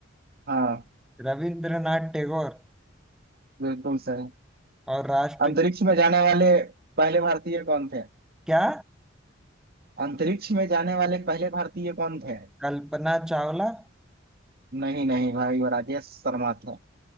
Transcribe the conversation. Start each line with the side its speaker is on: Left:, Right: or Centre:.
Right: हाँ
Centre: रविंद्रनाथ टैगोर
Right: बिल्कुल सही
Centre: और राष्ट्र
Right: अंतरिक्ष में जाने वाले पहले भारतीय कौन थे
Centre: क्या
Right: अंतरिक्ष में जाने वाले पहले भारतीय कौन थे
Centre: कल्पना चावला
Right: नहीं नहीं भाई वो राजेश शर्मा थे